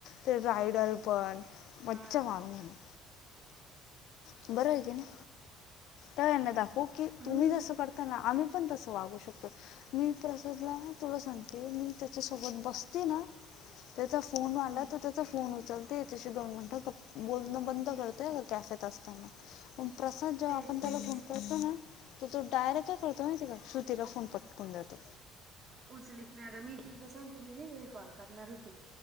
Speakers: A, on the left; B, on the right.
A: ते रायडल पण
B: हा
A: मज्जा मारु म्हणे. बरोबर आहे की नाही. तेव्हा यांना दाखवू की
B: हम्म
A: तुम्ही जसं करताना, आम्ही पण तसं वागू शकतो. मी प्रसादला तुला सांगते, मी त्याच्यासोबत बसते ना त्याचा फोन आला
B: हम्म
A: तर, त्याचा फोन उचलते. त्याच्याशी दोन मिनटं बोलणं बंद करते कॅफेत असना. पण प्रसाद जेव्हा
B: तेच
A: आपण त्याला
B: तेच
A: फोन करतो ना तो डायरेक्ट काय करतो, माहिती ये का? श्रुतीला फोन पटकून देतो.
B: उचलीत नाही. आता मी तुला सांगते, मी नाही का विडीओ कॉल करणार होते.